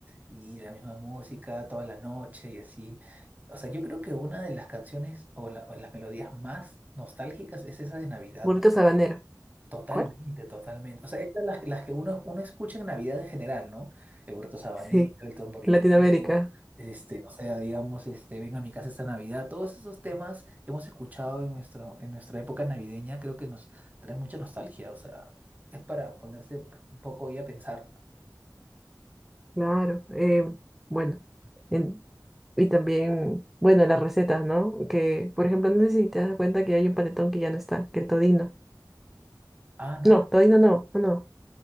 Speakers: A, on the right; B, in the centre.
A: Y la misma música toda la noche y así. O sea, yo creo que una de las canciones o, la- o las melodías más nostálgicas es esa de Navidad.
B: Burrito Sabanero.
A: Totalmente,
B: ¿Cuál?
A: totalmente. O sea, esas las, las que uno, uno escucha en Navidad en general, ¿no? El Huerto Sabanero,
B: Sí,
A: el Tamborilero,
B: Latinoamérica.
A: este, o sea, digamos, este, Ven a mi casa esta Navidad. Todos esos temas que hemos escuchado en nuestro, en nuestra época navideña creo que nos trae mucha nostalgia. O sea, es para ponerse un poco y a pensar,
B: Claro, eh, bueno, en- y también, bueno, las recetas, ¿no? Que, por ejemplo, no sé si te das cuenta que hay un panetón que ya no está, que el todino.
A: ah, no,
B: No, todino no, no, no,